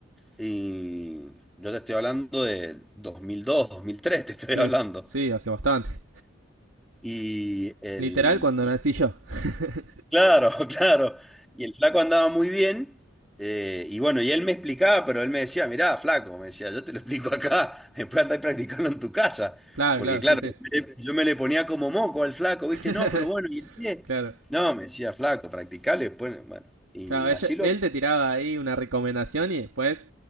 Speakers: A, in the centre; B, on the right.
A: y yo te estoy hablando de 2002, 2003, te estoy
B: Sí,
A: hablando.
B: sí, hace bastante.
A: Y, el,
B: Literal cuando nací yo. <laughs>
A: Claro, <laughs> claro. Y el flaco andaba muy bien. eh, y bueno, y él me explicaba, pero él me decía, mirá, flaco, me decía, yo te lo explico acá, <laughs> después andá practicando en tu casa.
B: claro,
A: Porque
B: claro,
A: claro,
B: sí, sí.
A: yo me le yo me le ponía como moco al flaco, ¿viste?
B: <laughs>
A: No, pero bueno, ¿y el pie?
B: claro.
A: No, me decía, flaco, practicale después. Bueno, y
B: Claro, ella-
A: así lo...
B: él te tiraba ahí una recomendación y después